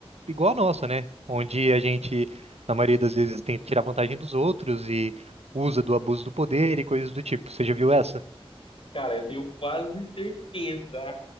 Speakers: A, on the right; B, on the left.
A: igual a nossa, né? Onde a gente, na maioria das vezes, tenta tirar vantagem dos outros e usa do abuso do poder e coisas do tipo. Você já viu essa?
B: Cara, eu tenho quase certeza